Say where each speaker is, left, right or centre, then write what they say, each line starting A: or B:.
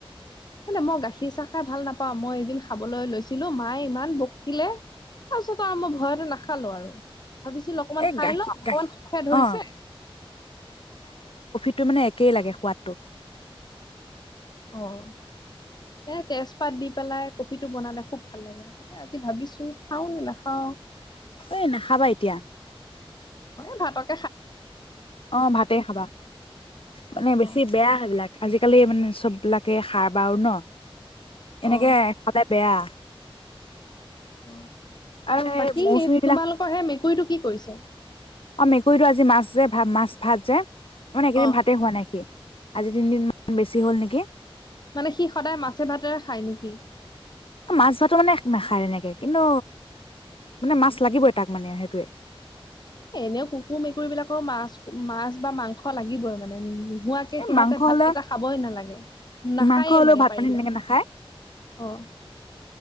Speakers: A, on the left; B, on the left.
A: এে মই গাখীৰ চাহ খাই ভাল নাপাওঁ মই এদিন খাবলৈ লৈছিলো মায়ে ইমান বকিলে তাৰপিছতো আৰু মই ভয়টোো নাখালো আৰু ভাবিছিলো অকমান
B: এই
A: খাই
B: গাখীৰ
A: লওঁ অকমান
B: গাখীৰ
A: খ খাই ধৰিছে।
B: অ টো মানে একেই লাগে সোৱাদটো।
A: অহ ', এ তেজপাত দি পেলাই কফিটো বনালে খুব ভাল লাগে তাকে আজি ভাবিছো খাও নে নাখাও।
B: এ নাখাবা এতিয়া।
A: ফ
B: অহ ', ভাতে খাবা মানে
A: ন
B: বেছি বেয়া সেইবিলাক। আজিকালি মানে চব বিলাকে সাৰ বও ন। এনেকে
A: অ
B: খালে বেয়া।
A: অহ ',
B: আৰু সেই
A: বাকী
B: মৌচুমী
A: তোমালোকৰ সেই মেকুৰীটো কি কৰিছে।
B: অহ ', মেকুৰীটো আজি মাছ যে ভ মাছ ভাত যে। মানে একেইদিন
A: অ
B: ভাতে হোৱা নাই সি। আজি তিনিদিনমানান বেছি হ'ল নেকি?
A: মানে সি সদায় মাছে ভাতেৰে খায় নেকি?
B: মাছ ধৰাটো মানে নাখায় তেনেকে কিন্তু মানে মাছ লাগিবই তাক মানে সেইটোৱে।
A: এনেও কুকুৰ মেকুৰী বিলাকৰ মাছ - মাছ বা মাংস লাগিবই মানে। নোৱাকে
B: এই
A: সিহঁতে
B: মাংস
A: ভাতকেইটা
B: হলে
A: খাবই নালাগে নাখায়েই
B: মাংস হলেও
A: মানে
B: ভাত
A: পাৰিলে।
B: পানী তেনেকে
A: অহ
B: নাখায়
A: ',